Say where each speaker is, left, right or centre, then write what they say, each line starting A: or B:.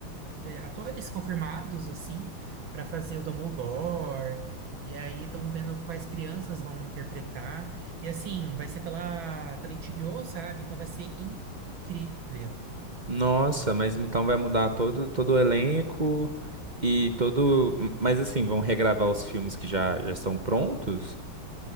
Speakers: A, on the right (about 65°); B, on the right (about 30°).
A: é, atores confirmados, assim, para fazer o Dumbledore. E aí estão vendo quais crianças vão interpretar. E assim, vai ser pela, pela HBO, sabe? Então vai ser incrível.
B: Nossa, mas então vai mudar todo, todo o elenco e todo. Mas assim, vão regravar os filmes que já, já estão prontos?